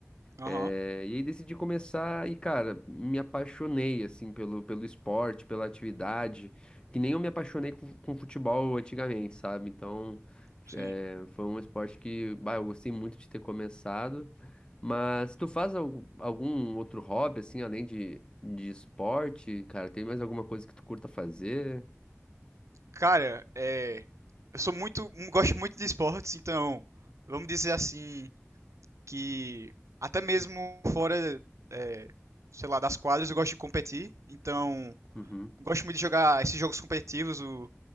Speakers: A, on the right; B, on the left.
A: Aham.
B: Eh, e aí decidi começar e, cara, me apaixonei, assim, pelo, pelo esporte, pela atividade, que nem eu me apaixonei com, com futebol antigamente, sabe? Então,
A: Sim.
B: eh, foi um esporte que, bah, eu gostei muito de ter começado. Mas tu faz al- algum outro hobby, assim, além de, de esporte, cara? Tem mais alguma coisa que tu curta fazer?
A: Cara, é, eu sou muito, um, gosto muito de esportes, então vamos dizer assim que até mesmo fora, é, sei lá, das quadras, eu gosto de competir. Então,
B: Uhum,
A: gosto muito de jogar esses jogos competitivos, o